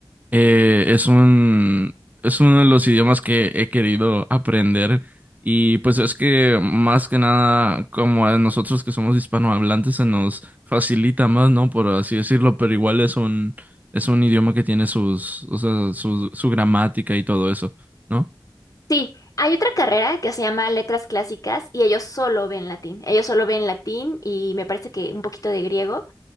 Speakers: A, on the right; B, on the left.
A: Eh, es un, es uno de los idiomas que he querido aprender y pues es que más que nada como a nosotros que somos hispanohablantes se nos facilita más, ¿no? Por así decirlo, pero igual es un, es un idioma que tiene sus, o sea, su, su gramática y todo eso, ¿no?
B: Sí, hay otra carrera que se llama Letras Clásicas y ellos solo ven latín. Ellos solo ven latín y me parece que un poquito de griego.